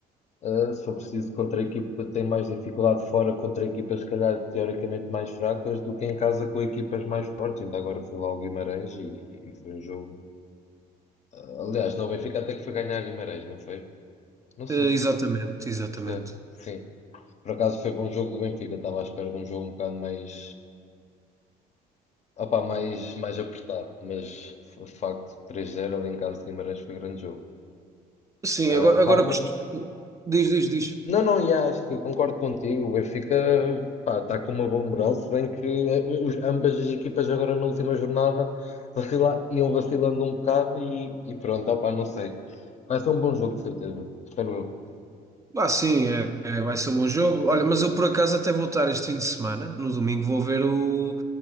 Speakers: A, on the left; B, on the right.
A: ah, se for preciso contra a equipa, tem mais dificuldade fora contra equipas, se calhar, teoricamente mais fracas do que em casa com equipas mais fortes. Ainda agora foi lá o Guimarães e, e foi um jogo. ah, aliás, não, o Benfica até que foi ganhar a Guimarães, não foi? Não sei,
B: Eh, exatamente, exatamente.
A: sei. Sim. Por acaso foi bom jogo do Benfica, estava à espera de um jogo um bocado mais, opá, mais, mais apertado, mas de facto três zero ali em casa de Guimarães foi grande jogo.
B: Sim,
A: Ah,
B: agora, agora
A: pá, mas-
B: costu- diz, diz, diz.
A: Não, não, e acho que concordo contigo. O Benfica, pá, está com uma boa moral, se bem que eh, os- ambas as equipas agora na última jornada vacila- iam vacilando um bocado e, e pronto, opá, não sei. Vai ser um bom jogo, de certeza, espero eu.
B: Ah, sim, é, é, vai ser um bom jogo. Olha, mas eu por acaso até vou estar este fim de semana, no domingo, vou ver o,